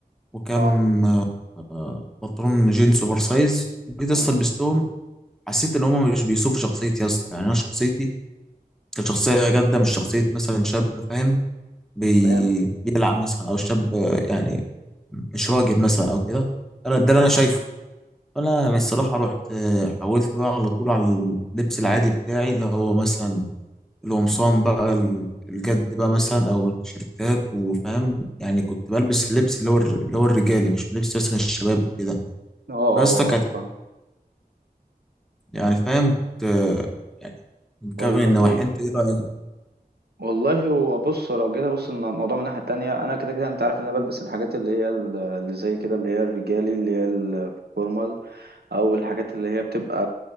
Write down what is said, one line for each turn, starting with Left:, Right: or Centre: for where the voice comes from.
Centre: وكام
Right: اه
Centre: آه، بنطلون جينز اوفر سايز جيت يا
Right: اه
Centre: اسطى لبستهم حسيت ان هم مش بيوصفوا شخصيتي يا اسطى يعني انا شخصيتي كانت شخصيه جاده مش شخصيه مثلا شاب فاهم بي...
Right: تمام
Centre: بيلعب مثلا او شاب آه، يعني مش راجل مثلا او كده انا ده اللي انا شايفه فانا يعني الصراحه رحت آه، حاولت بقى على طول على اللبس العادي بتاعي اللي هو مثلا القمصان بقى ال- الجد بقى مثلا او التيشيرتات وفاهم يعني كنت بلبس اللبس اللي هو الر- اللي هو الرجالي مش لبس مثلا الشباب كده
Right: اه اه
Centre: بس ده كانت
Right: اه فاهم.
Centre: يعني فاهم كنت آه، يعني مكون
Right: والله
Centre: النواحي انت ايه رايك
Right: والله هو بص لو جينا بص الموضوع من الناحية التانية أنا كده كده أنت عارف إن أنا بلبس الحاجات اللي هي ال- اللي زي كده اللي هي الرجالي اللي هي الفورمال أو الحاجات اللي هي بتبقى